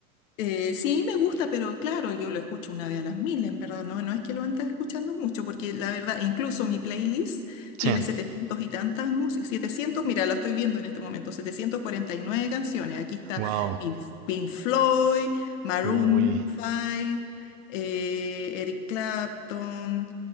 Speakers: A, on the left; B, on the right.
A: Eh, sí, me gusta, pero claro, yo lo escucho una vez a las mil, en verdad, no, no es que lo ande escuchando mucho, porque la verdad, incluso mi playlist
B: Sí,
A: tiene 700 y tantas músicas, 700, mira, lo estoy viendo en este momento, 749 canciones, aquí está
B: wow,
A: Pink, Pink Floyd, Maroon
B: uy.
A: 5, eh, Eric Clapton,